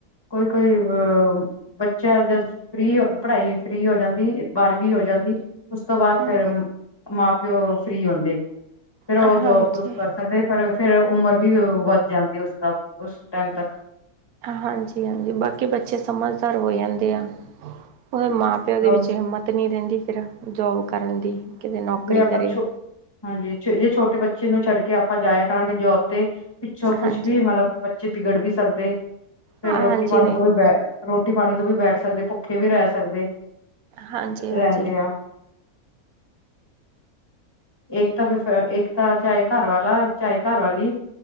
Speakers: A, on the left (about 15°); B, on the right (about 85°).
A: ਕੋਈ ਕੋਈ ਅ ਬੱਚਾ ਜਦ ਫੀ <unintelligible> ਪੜ੍ਹਾਈ ਫਰੀ ਹੋ ਜਾਂਦੀ ਬਾਰਵੀ ਹੋ ਜਾਂਦੀ ਉਸ ਤੋਂ ਬਾਅਦ
B: ਹਾਂਜੀ।
A: ਫਿਰ ਮਾਂ ਪਿਓ ਫ੍ਰਰੀ ਹੁੰਦੇ ਫੇਰ ਉਹ
B: ਹਾਂਜੀ,
A: ਜੋਬ ਜੂਬ ਕਰ ਸਕਦੇ ਫ <unintelligible> ਫੇਰ ਉਮਰ ਵੀ ਵੱਧ ਜਾਂਦੀ ਹੈ ਉਸਦਾ ਉਸ ਟਾਈਮ ਤੱਕ
B: ਹਾਂਜੀ ਹਾਂਜੀ ਬਾਕੀ ਬੱਚੇ ਸਮਝਦਾਰ ਹੋ ਜਾਂਦੇ ਆ ਉਹਦੇ ਮਾਂ ਪਿਓ ਦੇ
A: ਹਮ
B: ਵਿੱਚ ਹਿੰਮਤ ਨੀ ਰਹਿੰਦੀ ਫਿਰ ਜੋਬ ਕਰਨ ਦੀ ਕਿਤੇ ਨੌਕਰੀ
A: ਜੇ ਆਪਾਂ
B: ਕਰੇ।
A: ਹਾਂਜੀ ਜੇ ਛੋਟੇ ਬੱਚੇ ਨੂੰ ਛੱਡ ਕੇ ਆਪ ਆਪਾਂ ਜਾਇਆ ਕਰਾਂਗੇ ਜੋਬ ਤੇ ਪਿੱਛੋਂ ਕੁਛ
B: ਹਾਂਜੀ,
A: ਵੀ ਮਤਲਬ ਬੱਚੇ ਬਿਗੜ ਵੀ ਸਕਦੇ ਫੇਰ
B: ਹਾਂਜੀ,
A: ਰੋਟੀ ਪਾਣੀ ਤੋਂ ਵੀ ਬੇ ਰੋਟੀ ਪਾਣੀ ਤੋਂ ਵੀ ਬੈਠ ਕੱਦੇ ਭੁੱਖੇ ਵੀ ਰਹਿ ਸਕਦੇ
B: ਹਾਂਜੀ ਹਾਂਜੀ
A: ਰਹਿੰਦੇ ਆ ਇੱਕ ਤਾਂ ਫਿਰ ਇੱਕ ਤਾਂ ਚਾਹੇ ਘਰ ਵਾਲਾ ਚਾਹੇ ਘਰ ਵਾਲੀ